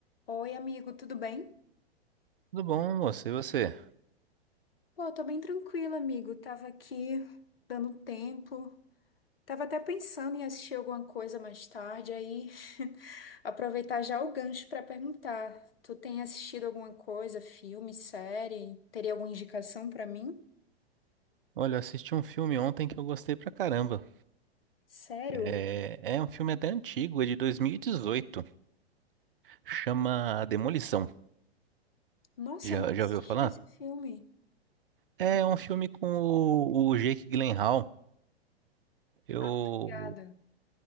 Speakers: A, on the left (about 60°); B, on the right (about 55°).
A: Oi, amigo, tudo bem?
B: Tudo bom, moço? E você?
A: Pô, eu tô bem tranquila, amigo. Tava aqui dando tempo. Tava até pensando em assistir alguma coisa mais tarde, aí <laughs> aproveitar já o gancho pra perguntar. Tu tem assistido alguma coisa, filme, série? Teria alguma indicação pra mim?
B: Olha, eu assisti um filme ontem que eu gostei pra caramba.
A: Sério?
B: É, é um filme até antigo, é de 2018. Chama Demolição.
A: Nossa,
B: Já,
A: eu nunca
B: já
A: assisti
B: ouviu falar?
A: esse filme.
B: É
A: Não assisti.
B: um filme com o, o Jake Gyllenhaal. Eu,
A: Ah, obrigada.